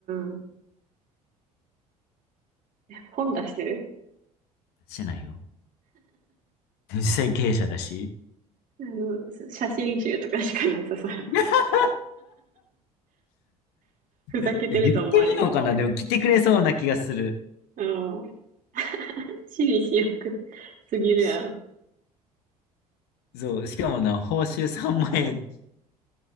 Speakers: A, on the right (about 45°); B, on the left (about 55°).
A: ん。本出してる
B: してないよ。実際に経営者だし。
A: あの、す写真集とかしかなさそうやな。
B: <laughs>
A: <laughs> ふざけてると思われる。
B: 言ってみようかな。でも来てくれそうな気がする。
A: うん。私利私欲すぎるやろ。
B: しそう。しかもな、報酬3万円